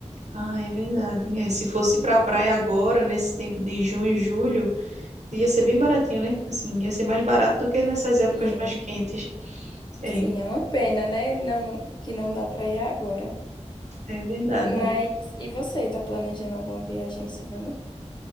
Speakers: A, on the right (about 70°); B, on the left (about 40°).
A: Ah, é verdade. É, se fosse pra praia agora, nesse tempo de junho e julho. Ia ser bem baratinho, né? Assim, ia ser mais barato do que nessas épocas
B: Sim,
A: mais quentes. É,
B: sim, é uma pena, né? Não, que não dá para ir agora.
A: é verdade.
B: Mas e você, tá planejando alguma viagem esse ano?